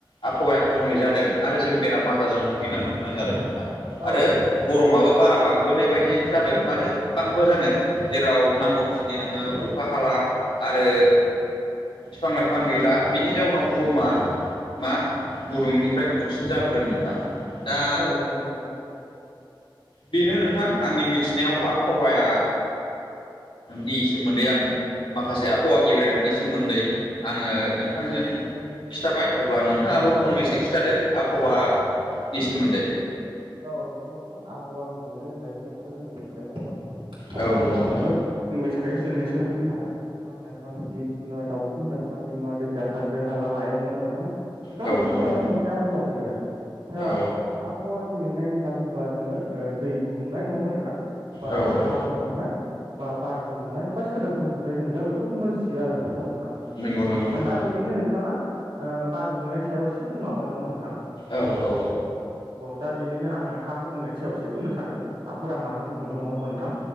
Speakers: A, on the left; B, on the right.
A: आबहावाया गुबुंले जादों आरो जों बेरामा रजों भुगिनांनो गोनां जादों नोंथां
B: औ
A: आरो गरमाबो बारा बांबोनायबादि जादों मानो बांबोआ जानो जेराव नांगौ दिनै नोंङो अखा हाला आरो बिफां लाइफां गैला बिनि जाउनाव बुहुमा मा गुदुंनिफ्राय गुदुंसिन जाबोदों नोंथां दा
B: औ नंगौ नोंथां
A: बेनो नोंथां आंनि मिथिनायाव आबहावाया नि सोमोनदै आं माखासे आबहावा गेब्रेनायनि सोमोन्दै आंङो नोंथांजों खिथाबाय अब्ला नों थांङाबो
B: औ
A: फंनैसो
B: औ
A: खिथादो आबहावानि सोमोन्दै
B: औ नंगौ नोंथां आबहावा गुबुंले होन्नानै बुंङोब्लाथ जों मिथिखायो नङा होमब्ला नोंथां।
A: औ
B: आबहावा
A: नंगौ
B: होनबाथ'
A: नोंथां
B: जों मिथिखायो जोंनि सोरगिदिं थासारि बिफां लाइफां जिब जुनार दावसिन दाउला दैमा दैसा हाजो हाला हायेन। नङा होनबा नोंथां? बे गासिखौबो
A: औ नंगौ
B: लानानै
A: नोंथां
B: मोनसे आबहावा जायो आरो दा
A: औ
B: आबहावा गेबेंनाय होनना बुङोब्ला जोङो दै गुबुंनाय नङा होनबा नोंथां बा
A: औ औ
B: हा गुबुंनाय बा बार गुबुंनाय बा सोदोब गुबुंनाय जों दा बेखौ मोनथियो आरो। नोंथां
A: नंगौ नंगौ नोंथां
B: दा बेनिनो नोंथाङा बार गुबुंनायनि सायाव एसे बुंलांबाय नङा मोन
A: औ औ।
B: दा बेनिनो आङो हा गुबुंनायनि सायाव एसे बुंनो सान्दों हाफोरा मानो गुबुंदों नङा होनबा नोंथां?